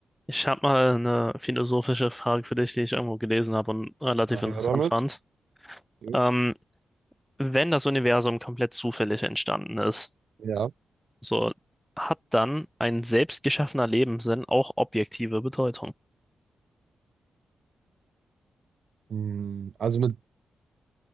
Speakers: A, in the centre; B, on the right (about 65°).
A: Ich habe mal eine philosophische Frage für dich, die ich irgendwo gelesen habe und relativ
B: Na
A: interessant
B: her damit.
A: fand.
B: Jo.
A: Ähm, wenn das Universum komplett zufällig entstanden ist,
B: Ja.
A: so hat dann ein selbst geschaffener Lebenssinn auch objektive Bedeutung.
B: Hm, Also mit,